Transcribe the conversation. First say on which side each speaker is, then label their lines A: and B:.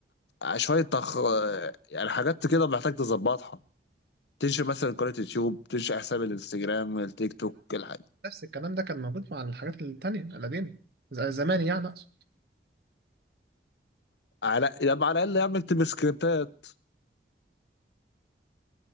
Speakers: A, on the left; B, on the right.
A: شوية تخ... يعني حاجات كده محتاج تظبطها تنشئ مثلا قناة يوتيوب تنشئ حساب الانستجرام التيك توك الحاجة
B: نفس الكلام ده كان موجود مع الحاجات التانية القديمة زي زمان يعني أقصد
A: على يبقى على الأقل يعمل تبقى سكريبتات